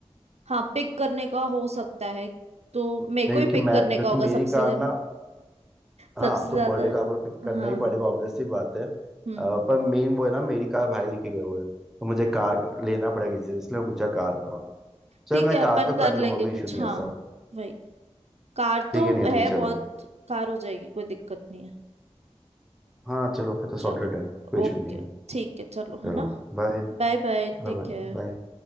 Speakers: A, on the right; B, in the centre.
A: हाँ पिक करने का हो सकता है तो मेरे
B: नहीं
A: को
B: क्योंकि
A: ही पिक
B: मैं
A: करने
B: क्योंकि
A: का होगा
B: मेरी
A: सबसे
B: कार ना हाँ
A: सबसे ज्यादा
B: तो बर्थडे को आपको पिक करना
A: हाँ
B: ही पड़ेगा ऑब्वियसली बात है अ,
A: हम्म
B: पर मेन वो है ना मेरी कार भाई लेके गए हुए हैं तो मुझे कार लेना पड़ेगा किसी से इसलिए मैं पूछा कार का चलो
A: ठीक
B: मैं
A: है अपन
B: कार तो
A: कर
B: कर लूंगा
A: लेंगे
B: कोई
A: कुछ
B: इशू नहीं
A: हाँ
B: है सब
A: वही कार
B: ठीक
A: तो
B: है नहीं
A: है
B: ठीक है
A: बहुत
B: चलो
A: कार हो जाएगी कोई दिक्कत नहीं है
B: हाँ चलो फिर तो सॉर्टेड
A: चलो
B: है कोई इशू
A: ओके
B: नहीं है
A: ठीक है चलो है
B: चलो
A: ना
B: बाय
A: बाय Bye take
B: बाय
A: care
B: बाय